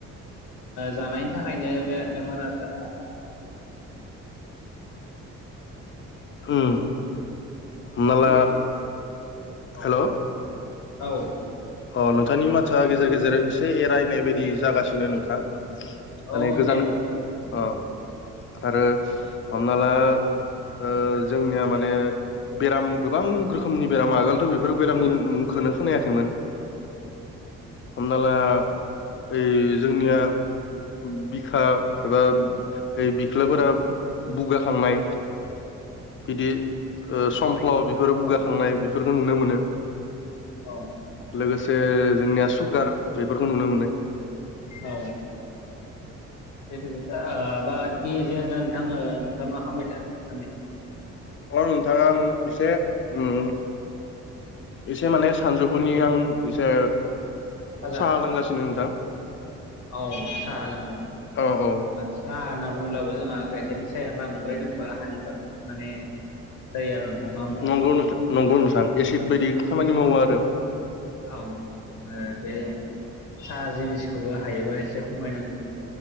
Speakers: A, on the left; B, on the left.
A: जानायनि थाखायनो बे बेमार आजाराव
B: उम हमना
A: बे
B: ला
A: औ
B: हेल'
A: औ
B: अ नोंथांनि माथोआ गेजेर गेजेर एसे एरायनाय बायदि जागासिनो नोंथां माने
A: औ
B: गोजान
A: नेट औ
B: अ आरो हमना ला ओ जोंनिया माने बेराम गोबां रोखोमनि बेराम आगोलथ' बेफोर बेरामनि मुंखौनो खोनायाखैमोन हमना ला ओइ जोंनिया बिखा एबा बिख्लाफोरा बुगाखांनाय
A: औ
B: बिदि समफ्ल' बेफोरो बुगाखांनाय
A: औ
B: बिखौ नुनो मोनो
A: औ
B: लोगोसे जोंनिया सुगार बेफोरखौ नुनो मोनो
A: औ <unintelligible> बा आरोखि जानो जाा नोंथां नोंथाङा मा खालामबाय थादों दासान्दि
B: अ नोंथां आं एसे उम एसे माने सानजौफुनि आं एसे
A: फाजा
B: साहा लोंगासिनो नोंथां
A: औ साहा लोंदो
B: औ औ
A: साहा होनना बुंब्लाबो जोंहा गाइखेरनि साया बांद्रायनो होनबा हानिकार माने जायो आरो नङा ओमबा
B: नंगौ नोंथां नंगौ नोंथां एसिद बायदि खामानि मावो आरो
A: औ ओ बे साहा जिनिसखौबो हायोबा एसे खमायनांगौ